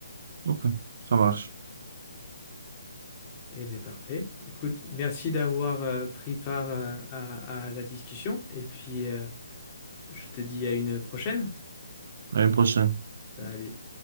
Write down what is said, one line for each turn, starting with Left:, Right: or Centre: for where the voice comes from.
Right: Ok, ça marche.
Left: Eh bien, parfait. Écoute, merci d'avoir euh, pris part euh, à, à la discussion. Et puis, euh, je te dis à une prochaine.
Right: À une prochaine.
Left: Salut.